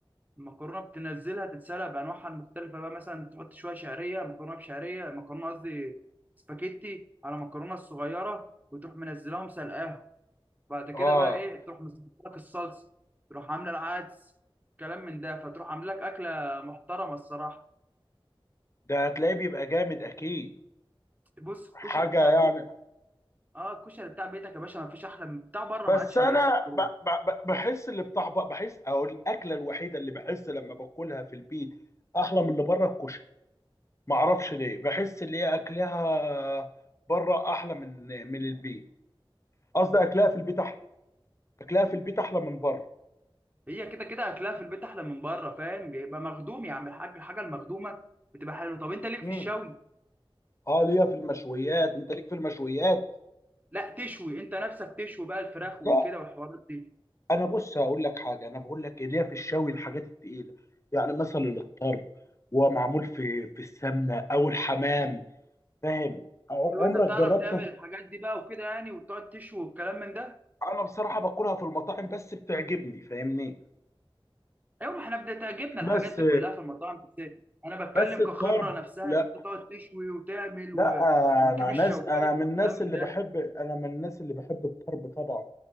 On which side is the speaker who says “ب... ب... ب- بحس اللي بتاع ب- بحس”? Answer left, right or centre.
Left